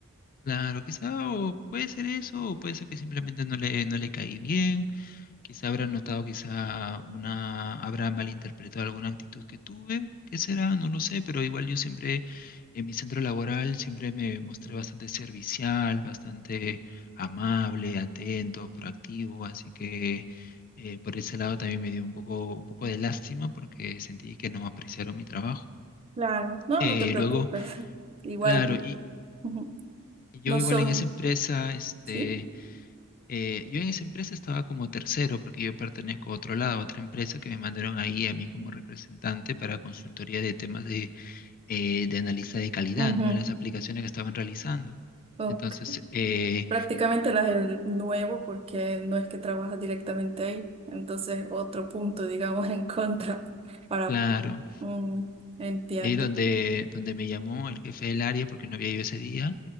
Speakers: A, on the left (about 40°); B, on the right (about 25°).
A: claro, quizá o puede ser eso, o puede ser que simplemente no le, no le caí bien. Quizá habrá notado, quizá una, habrá malinterpretado alguna actitud que tuve, qué será, no lo sé, pero igual yo siempre en mi centro laboral siempre me mostré bastante servicial, bastante amable, atento, proactivo, así que eh, por ese lado también me dio un poco, un poco de lástima porque sentí que no apreciaron mi trabajo.
B: Claro, no,
A: Eh,
B: no te preocupes.
A: luego,
B: <laughs> Igual
A: claro, y
B: ujú,
A: y yo
B: no
A: igual
B: son,
A: en esa empresa, este
B: ¿sí?
A: Eh, yo en esa empresa estaba como tercero porque yo pertenezco a otro lado, a otra empresa que me mandaron ahí a mí como representante para consultoría de temas de, eh, de analista de calidad,
B: Ujú,
A: ¿no? En las aplicaciones que estaban realizando.
B: Ok.
A: Entonces, eh,
B: Prácticamente las del nuevo porque no es que trabajas directamente ahí. Entonces, otro punto, digamos, <laughs> en contra para...
A: claro,
B: mm, entiendo.
A: ahí donde, donde me llamó el jefe del área porque no había ido ese día